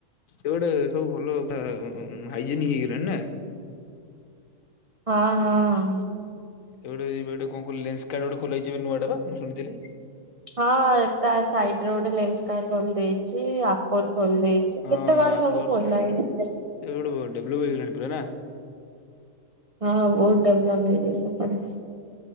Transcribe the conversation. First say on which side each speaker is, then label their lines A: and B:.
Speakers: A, on the left; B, on the right.
A: ସେ ଗୋଟେ ସବୁ ଭଲ ବା ଉଁ ହାଇଜେନିକ ହେଇଗଲେଣି ନା।
B: ହଁ ହଁ।
A: ଏବେ ଗୋଟେ ଏଇ ପଟେ କଣ କ ଲେନ୍ସ କାର୍ଟ ଗୋଟେ ଖୋଲାହେଇଛି ଏବେ ନୂଆ ଟା ପା ମୁଁ ଶୁଣିଥିଲି।
B: ହଁ ତା ସାଇଡରେ ଗୋଟେ ଲେନ୍ସ କାର୍ଟ ଖୋଲ ଦେଇଛି ଆପୋଲ ଖୋଲି ଦେଇଛି
A: ହଁ
B: କେତେ କଣ
A: ଆପର
B: ସବୁ ଖୋଲା
A: ସେ
B: ହେଇଯାଇଛି।
A: ଗୋଟେ ଡେଭଲପ ହେଇଗଲାଣି ପୁରା ନା
B: ହଁ ବହୁତ ଡେଭଲପ ହେଇଯାଇଚି ସେପଟେ।